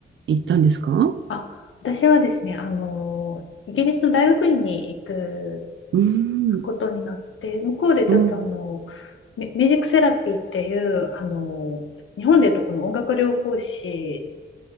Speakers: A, on the right (about 65°); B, on the left (about 75°).
A: 行ったんですか
B: あ、私はですね、あの、イギリスの大学院に行く
A: うん、
B: ことになって、向こうでちょっとあの、
A: うん、
B: ミミュージックセラピーっていう、あの、日本でいうとこの音楽療法士